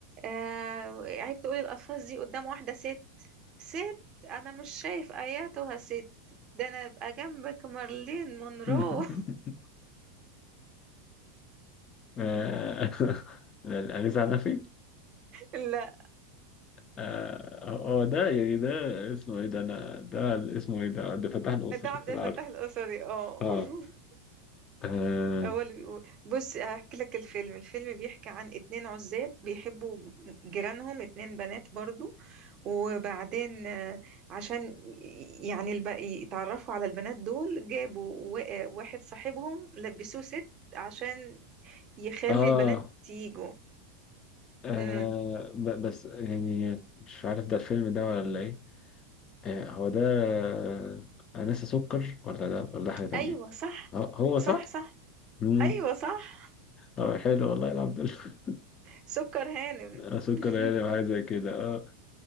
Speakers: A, on the right; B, on the left.
A: آه عيب تقولي الألفاظ دي قدام واحدة ست ست أنا مش شايف آياتها ست ده أنا أبقى جنبك مارلين مونرو
B: <laughs> آه، <laughs> الأنيس عنفي
A: <laughs> لا
B: آه، هو ده يعني ده اسمه ايه ده انا ده اسمه ايه ده ده فتح الأسري
A: ده عبد
B: انا
A: الفتاح
B: عارفه
A: القصري اه
B: اه
A: <laughs>
B: اه
A: هو اللي بيقول بص هحكي لك الفيلم الفيلم بيحكي عن اتنين عزاب بيحبوا جيرانهم اتنين بنات برضو وبعدين آه، عشان ي- يعني الب... يتعرفوا على البنات دول جابوا وا- واحد صاحبهم لبسوه ست عشان يخلي
B: اه
A: البنات تيجوا
B: آه،
A: امم
B: ب- بس يعني مش عارف ده الفيلم ده ولا ايه آه، هو ده آه، أنسة سكر ولا ده ولا ده حاجة تانية
A: ايوه صح
B: هو هو
A: صح
B: صح؟
A: صح
B: مم.
A: ايوه صح
B: اه حلو والله الحمد لله <laughs>
A: سكر هانم
B: آه، سكر
A: <laughs>
B: يعني وحاجة زي كده اه